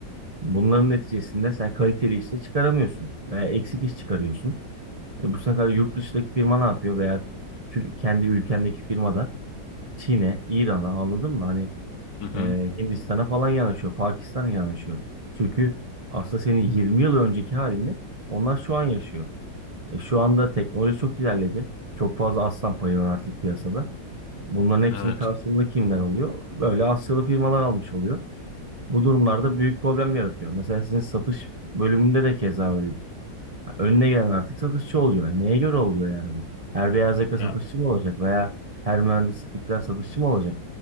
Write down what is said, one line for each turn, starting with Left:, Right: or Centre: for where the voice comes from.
Right: Bunların neticesinde sen kaliteli işte çıkaramıyorsun veya eksik iş çıkarıyorsun. E bu sefer yurt dışındaki firma ne yapıyor veya tür- kendi ülkendeki firmada Çin'e, İran'a anladın mı? Hani
Left: Hı hı.
Right: e, Hindistan'a falan yanaşıyor, Pakistan'a yanaşıyor. Çünkü aslında senin 20 yıl önceki halini onlar şu an yaşıyor. E, şu anda teknoloji çok ilerledi. Çok fazla aslan payı var artık piyasada. Bunların hepsini
Left: Evet.
Right: karşılığında kimler alıyor? Böyle Asyalı firmalar almış oluyor. Bu durumlarda büyük problem yaratıyor. Mesela sizin satış bölümünde de keza öyle önüne gelen artık satışçı oluyor. Yani neye göre oluyor yani bu? Her beyaz yaka satışçı
Left: Ya
Right: mı olacak veya her mühendislik bitiren satışçı mı olacak?